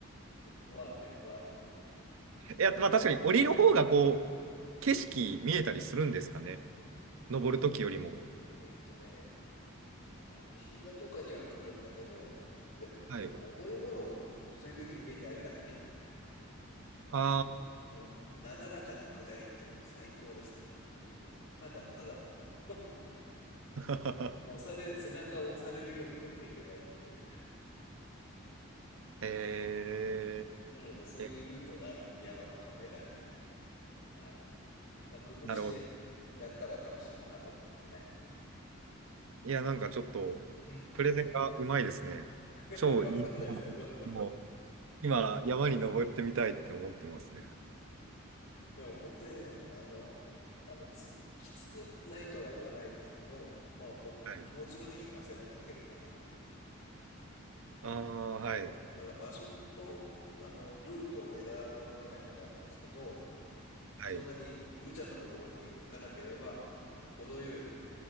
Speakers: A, on the left (about 60°); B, on the right (about 70°).
A: まあね、まあね。
B: いや、まあ確かに降りる方がこう、景色見えたりするんですかね。登るときよりも。
A: えっとね、あの、膝とかには来るんだけど、でも、
B: はい。
A: なんか重いものを物理的に上に上げなくていいので、
B: あ
A: あの、なだらかな下りっていうのも最高ですね。もう、ただただ <laughs>
B: あ。
A: 押され、
B: <laughs>
A: 背中を押されるように降りていけばいいという。
B: え
A: うん。なので、そういうルートがある山とかを選んだり、
B: ー、え
A: あの、まあ、工夫してやったら楽しいかなと思いますね。
B: なるほど。いや、なんかちょっと、
A: うん。
B: プレゼンがうまいですね。
A: <laughs>
B: 超いい。
A: わかんないですけど。
B: もう今、山に登ってみたいって思ってますね。
A: でも本当にね、あの、あの、つ、きつくないとは言わないですけど、まあ、ほ、
B: はい。
A: 気持ちのいい汗がかけるかなという。
B: ああ、はい。
A: あの、だから場所と、あの、ルートを選ばないとダメですけど、
B: はい。
A: そんなに無茶なところに行かなければ、程よい、